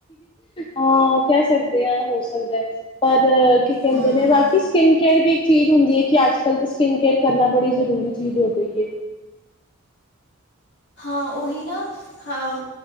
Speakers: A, on the left; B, on the left.
A: ਹਾਂ ਕਹਿ ਸਕਦੇ ਹਾਂ, ਹੋ ਸਕਦਾ। ਪਰ ਕੀ ਕਹਿੰਦੇ
B: ਹੂੰ
A: ਨੇ ਬਾਕੀ ਸਕਿਨ ਕੇਅਰ ਦੀ ਇੱਕ ਚੀਜ਼ ਹੁੰਦੀ ਹੈ ਕਿ ਅੱਜ ਕੱਲ ਤਾਂ ਸਕਿਨ ਕੇਅਰ ਕਰਨਾ ਬੜੀ ਜ਼ਰੂਰੀ ਚੀਜ਼ ਹੋ ਗਈ ਏ।
B: ਹਾਂ ਉਹੀ ਨਾ ਹਾਂ।